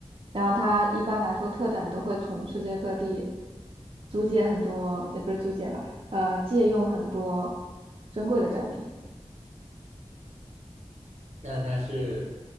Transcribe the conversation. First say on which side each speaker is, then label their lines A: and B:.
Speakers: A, on the right; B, on the right.
A: 然后它一般来说特展都会从世界各地租借很多，也不是租借吧，呃，借用很多珍贵的展品。
B: 那它是